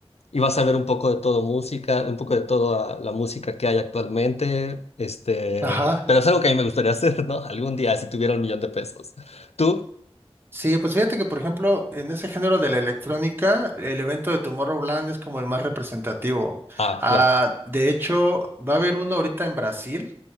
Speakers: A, on the left; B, on the right.
A: y vas a ver un poco de todo música, un poco de toda la música que hay actualmente, este,
B: Ajá.
A: pero es algo que a mí me gustaría <laughs> hacer, ¿no? Algún día, si tuviera un millón de pesos. ¿Tú?
B: Sí, pues fíjate que, por ejemplo, en ese género de la electrónica, el evento de Tomorrowland es como el más representativo.
A: Ah,
B: Ah,
A: claro.
B: de hecho, va a haber uno ahorita en Brasil